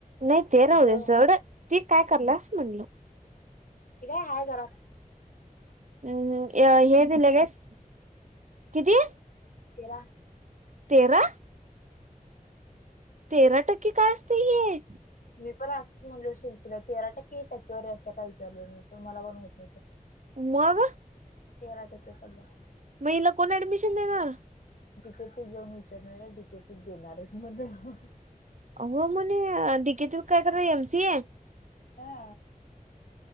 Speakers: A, on the right; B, on the left.
A: नाही ते
B: कुठं
A: राह दे जड ती काय करल अस म्हणल.
B: त काय हाय घराच.
A: हम्म हे दिले कास किती?
B: येरा.
A: तेरा. तेरा टक्के काय असतय हे.
B: मी पण असंच म्हणलो शिल्पीला तेरा टक्के येता टक्केवारी असतते काय विचारलं मी पण मला पण माहित नवतं.
A: मग
B: तेरा टक्के पडल्यात.
A: मग हिला कोण ऍडमिशन देणार.
B: तिकेटत जाऊन विचार नाही तिकेटीत देणारच म्हण.
A: हो म्हणे डके त काय कर एम सिए
B: हा.